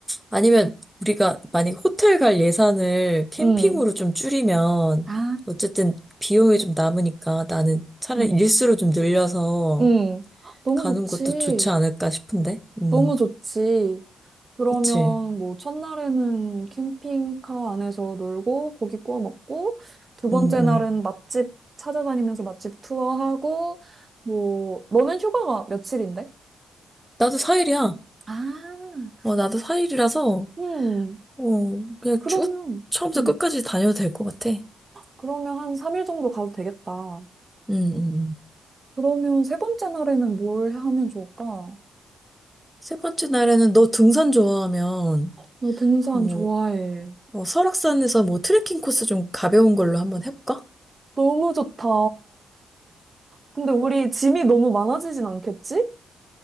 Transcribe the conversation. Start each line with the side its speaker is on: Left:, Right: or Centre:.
Centre: 아니면 우리가 만약에 호텔 갈 예산을 캠핑으로
Right: 음,
Centre: 좀 줄이면,
Right: 아,
Centre: 어쨌든 비용이 좀 남으니까 나는 차라리
Right: 음,
Centre: 일수로 좀 늘려서
Right: 음. 헉, 너무
Centre: 가는
Right: 좋지.
Centre: 것도 좋지 않을까 싶은데? 음,
Right: 너무 좋지. 그러면
Centre: 그치.
Right: 뭐, 첫날에는 캠핑카 안에서 놀고, 고기 구워 먹고, 두 번째
Centre: 음,
Right: 날은
Centre: 음.
Right: 맛집 찾아다니면서 맛집 투어하고, 뭐, 너는 휴가가 며칠인데?
Centre: 나도 4일이야.
Right: 아.
Centre: 어, 나도 4일이라서,
Right: 음,
Centre: 어, 그냥
Right: 그러면,
Centre: 쭉 처음부터
Right: 음,
Centre: 끝까지 다녀도 될 것 같아.
Right: 그러면 한 3일 정도 가도 되겠다.
Centre: 음, 음. 음.
Right: 그러면 세 번째 날에는 뭘 하면 좋을까?
Centre: 세 번째 날에는 너 등산 좋아하면
Right: 너 등산
Centre: 뭐,
Right: 좋아해.
Centre: 뭐 설악산에서 뭐 트레킹 코스 좀 가벼운 걸로 한번 해볼까?
Right: 너무 좋다. 근데 우리 짐이 너무 많아지진 않겠지?